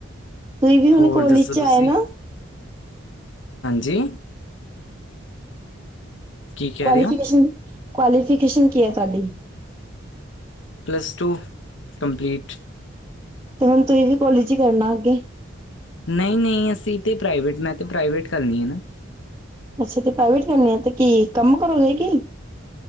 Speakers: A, on the right; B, on the left.
A: ਤੁਸੀਂ ਵੀ ਹੁਣ
B: ਹੋਰ
A: ਕੋਲਜ
B: ਦੱਸੋ
A: ਚ
B: ਤੁਸੀਂ।
A: ਆਏ ਨਾ
B: ਹਾਂਜੀ। ਕੀ ਕਹਿ
A: ਕੁਆਲੀਫਿਕੇਸ਼ਨ,
B: ਰਹੇ ਹੋ
A: ਕੁਆਲੀਫਿਕੇਸ਼ਨ ਕੀ ਐ ਤੁਹਾਡੀ?
B: Plus two complete.
A: ਤੇ ਹੁਣ ਤੁਸੀਂ ਵੀ ਕੋਲਜ ਹੀ ਕਰਨਾ ਅੱਗੇ।
B: ਨਹੀਂ- ਨਹੀਂ, ਅਸੀਂ ਤੇ ਪ੍ਰਾਈਵੇਟ ਮੈਂ ਤੇ ਪ੍ਰਾਈਵੇਟ ਕਰਨੀ ਹੈ ਨਾ।
A: ਅੱਛਾ ਤੇ ਪ੍ਰਾਈਵੇਟ ਕਰਨੇ ਆ ਤੇ ਕੀ ਕੰਮ ਕਰੋਗੇ ਕੀ।